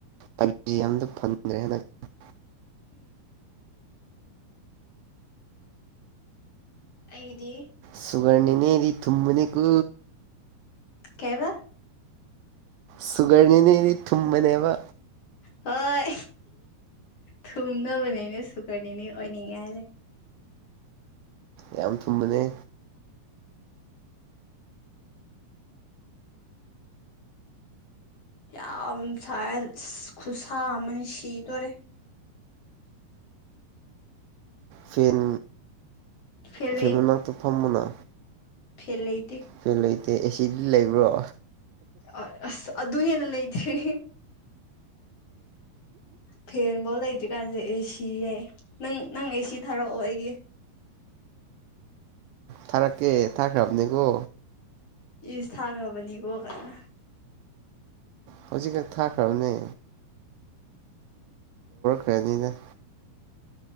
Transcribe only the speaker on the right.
ꯄꯩꯖꯤ ꯑꯝꯗ ꯐꯪꯗ꯭ꯔꯦ ꯍꯟꯗꯛꯇꯤ
ꯁꯨꯒꯔꯅꯤꯅꯦꯔꯤ ꯊꯨꯝꯃꯅꯤ ꯀ
ꯁꯨꯒꯔꯅꯤꯅꯤꯔꯤ ꯊꯨꯅꯦꯕ
ꯌꯥꯝ ꯊꯨꯝꯃꯅꯦ
ꯐꯦꯟ
ꯐꯃꯦꯅꯇ ꯐꯝꯃꯅ
ꯐꯦꯂ ꯏꯇ ꯑꯦꯁꯤ ꯂꯩꯕ꯭ꯔꯣ
ꯊꯔꯛ ꯀꯦ ꯊꯔꯦ ꯑꯕꯅꯤ ꯀꯣ
ꯍꯧꯖꯤꯛ ꯀ ꯊꯥꯈ꯭ꯔꯕꯅꯦ ꯐꯅꯤꯅꯦ